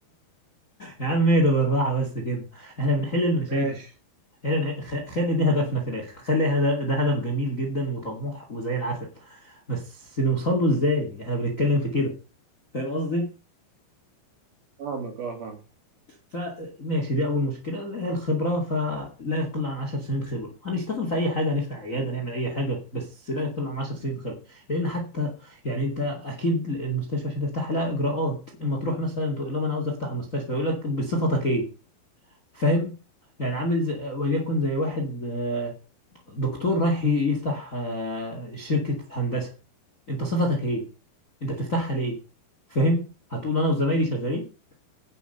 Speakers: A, on the left; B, on the right.
A: يا عم ايه ده بالراحة بس كده احنا بنحل المشاكل
B: ماشي
A: احنا بنح... خ- خلي دي هدفنا في الآخر خلي هد... ده هدف جميل جدا وطموح وزي العسل بس نوصل له ازاي احنا بنتكلم في كده فاهم قصدي؟
B: فاهمك اه فاهم
A: فماشي دي اول مشكله اللي هي الخبره فلا يقل عن 10 سنين خبره هنشتغل في اي حاجه هنفتح عياده نعمل اي حاجه بس لا يقل عن 10 سنين خبره لان حتى يعني انت اكيد المستشفى عشان تفتحها لها اجراءات اما تروح مثلا تقول لهم انا عاوز افتح مستشفى يقول لك بصفتك ايه فاهم يعني عامل زي وليكن زي واحد آه، دكتور رايح يفتح آه، شركه هندسه انت صفتك ايه انت بتفتحها ليه فاهم هتقول انا وزمايلي شغالين